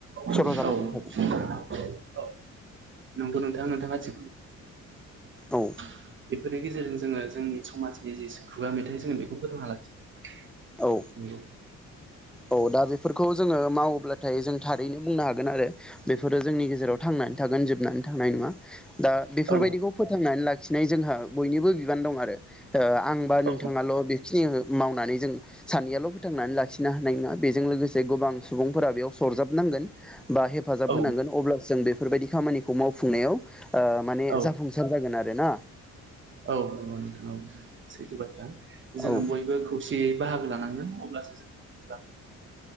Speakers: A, on the right (about 40°); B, in the centre.
A: औ
B: सर' जालांबाय
A: औ
B: थागोन
A: नंगो नंग दा नोंथाङा थिग
B: औ
A: बेफोरनि गेजेरजों जोङो। जोंनि समाजनि जिस खुगा मेथाइ जोङो बेखौ फोथांना लाखिग
B: औ
A: नोंगौ।
B: औ दा बेफोरखौ जोङो मावोब्लाथाय जों थारैनो बुंनो हागोन आरो बेफोरो जोंनि गेजेराव थांनानै थागोन जोबनानै थांनाय नङा। दा बेफोरबायदिखौ
A: औ
B: फोथांनानै लाखि सिनाय जोंहा बयनिबो बिबान दं आरो। ओ आंबा
A: औ
B: नोंथाङाल' बेखिनिखो मावनानै जों सानैयाल' फोथांनानै लाखि ना होन्नाय नङा बेजों लोगोसे गोबां सुबुंफोरा बेयाव सरजाबनांगोन। बा हेफाजाब
A: औ
B: होनांगोन अब्लासो जों बेफो बेफोरबायदि खामानिखौ मावफुंनायाव। ओ माने
A: औ
B: जाफुंसार जागोन आर रो ना।
A: औ नोंथां औ सैथो बाथ्रा। जोङो
B: औ
A: बयबो खौसे। दियै बाहागो लानांगोन अब्लासो जों <inaudible>